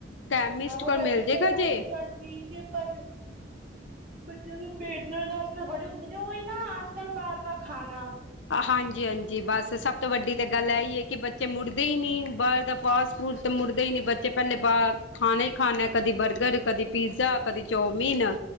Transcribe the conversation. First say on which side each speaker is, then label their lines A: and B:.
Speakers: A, on the left; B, on the right.
A: ਕੈਮਿਸਟ
B: ਹਾਂ
A: ਕੋਲ
B: ਵੈਸੇ
A: ਮਿਲ ਜੇਗਾ
B: ਚਲ ਉਹ
A: ਜੇ
B: ਤੇ ਕੱਲ ਠੀਕ ਹੈ ਪਰ ਬੱਚਿਆਂ ਦਾ ਪੇਟ ਦਰਦ ਅੱਜ ਕੱਲ ਬੜੇ ਹੁੰਦੇ ਨੇ ਉਹੀ ਨਾ ਅੱਜ ਕੱਲ ਬਾਹਰ ਦਾ ਖਾਣਾ
A: ਹਾਂਜੀ ਹਾਂਜੀ ਬਸ ਸਭ ਤੋਂ ਵੱਡੀ ਤੇ ਗੱਲ ਇਹੀ ਹੈ ਕਿ ਬੱਚੇ ਮੁੜਦੇ ਹੀ ਨਹੀਂ ਬਾਹਰ ਦਾ ਪਾਸ ਮੁੜਦੇ ਹੀ ਨਹੀਂ ਬੱਚੇ ਪਹਿਲੇ ਬਾਹਰ ਖਾਣਾ ਹੀ ਖਾਦੇ ਕਦੀ ਬਰਗਰ ਕਦੀ ਪੀਜ਼ਾ ਕਦੀ ਚੌਮੀਨ